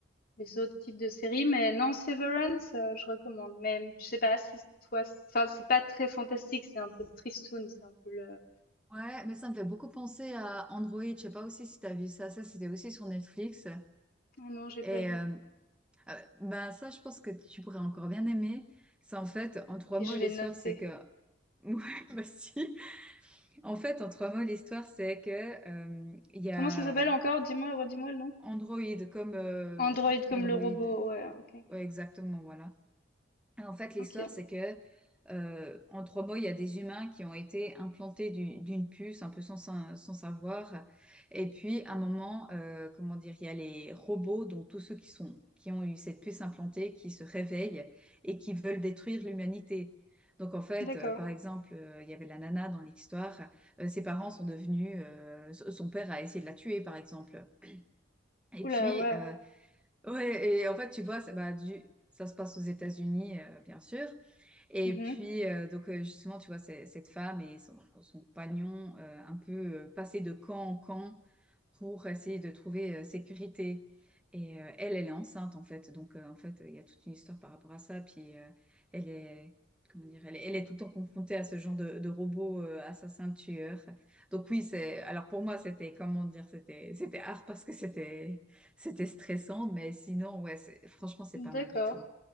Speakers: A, on the left; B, in the centre.
A: les autres types de séries. Mais non, Severance, euh, je recommande. Mais je sais pas si toi, enfin c'est pas très fantastique, c'est un peu tristoun, c'est un peu le.
B: Ouais, mais ça me fait beaucoup penser à Android. Je sais pas aussi si t'as vu ça. Ça, c'était aussi sur Netflix.
A: Oh non, j'ai
B: Et
A: pas vu.
B: euh, Ah ouais, bah ça, je pense que tu pourrais encore bien aimer. C'est en fait, en trois
A: Ok,
B: mots,
A: je vais
B: l'histoire,
A: noter.
B: c'est que... <laughs> Ouais, bah si. En fait, en trois mots, l'histoire, c'est que euh, il y
A: Comment
B: a
A: ça s'appelle encore? Dis-moi, redis-moi le nom.
B: Android comme euh,
A: Android
B: Android.
A: comme le robot. Ouais, ok,
B: Ouais, exactement, voilà. En fait, l'histoire,
A: ok,
B: c'est que, euh, en trois mots, il y a des humains qui ont été implantés du- d'une puce, un peu sans, sa- sans savoir. Et puis, à un moment, euh, comment dire, il y a les robots, donc tous ceux qui sont, qui ont eu cette puce implantée, qui se réveillent et qui veulent détruire l'humanité. Donc, en fait,
A: d'accord.
B: euh, par exemple, euh, il y avait la nana dans l'histoire. euh, ses parents sont devenus, euh, so- son père a essayé de la tuer, par exemple. Et
A: Oula,
B: puis,
A: ouais.
B: euh, ouais, et en fait, tu vois, ça, bah, du- ça se passe aux États-Unis, euh, bien sûr. Et
A: Mhm.
B: puis, euh, donc, euh, justement, tu vois, c'est- cette femme et son, son compagnon, euh, un peu euh, passaient de camp en camp pour essayer de trouver euh, sécurité. Et euh, elle, elle est enceinte, en fait. Donc, euh, en fait, il y a toute une histoire par rapport à ça. Puis, euh, elle est, comment dire, elle, est elle est tout le temps confrontée à ce genre de, de robot euh, assassin tueur. Donc, oui, c'est, alors pour moi, c'était, comment dire, c'était, c'était hard parce que c'était, c'était stressant. Mais sinon, ouais, c'est- franchement, c'est
A: D'accord.
B: pas mal du tout.